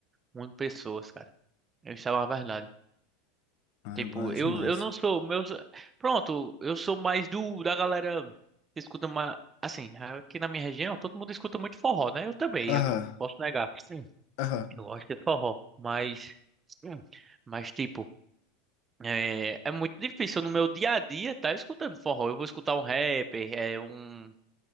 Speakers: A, on the right (about 20°); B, on the left (about 60°).
A: une pessoas, cara. Isso é uma verdade.
B: Ah,
A: Tipo,
B: eu gosto
A: eu,
B: demais.
A: eu não sou. Meus... Pronto, eu sou mais do da galera que escuta mais. Assim, aqui na minha região, todo mundo escuta muito forró, né? Eu também,
B: Aham,
A: eu não posso negar.
B: aham.
A: Eu gosto de forró, mas. Hum. Mas, tipo, é, é muito difícil no meu dia a dia tá escutando forró. Eu vou escutar um rapper, é um.